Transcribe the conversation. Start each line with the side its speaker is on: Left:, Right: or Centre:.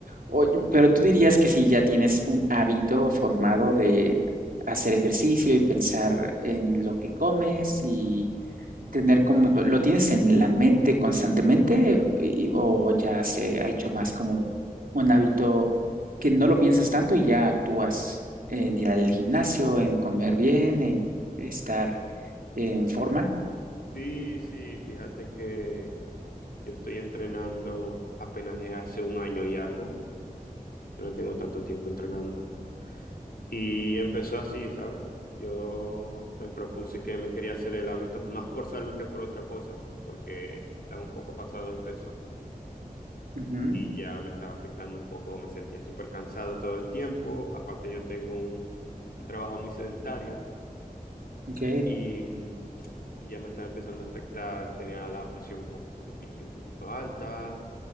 Right: Oye, pero tú dirías que si ya tienes un hábito formado de hacer ejercicio y pensar en lo que comes y tener como, ¿lo tienes en la mente constantemente y- o ya se ha hecho más como un hábito que no lo piensas tanto y ya actúas en ir al gimnasio, en comer bien, en estar en forma?
Left: Sí, sí, fíjate que yo estoy entrenando apenas desde hace un año y algo. No tengo tanto tiempo entrenando. Y empezó así, ¿sabes? Yo me propuse que me quería hacer el hábito, más por salud que por otra cosa, porque estaba un poco pasado de peso
Right: Ujú,
Left: y ya me estaba afectando un poco, me sentía súper cansado todo el tiempo, aparte yo tengo un, un trabajo muy sedentario
Right: Ok,
Left: y, mm, y ya me estaba empezando a afectar, tenía la presión un, po- un poquito, un poquito alta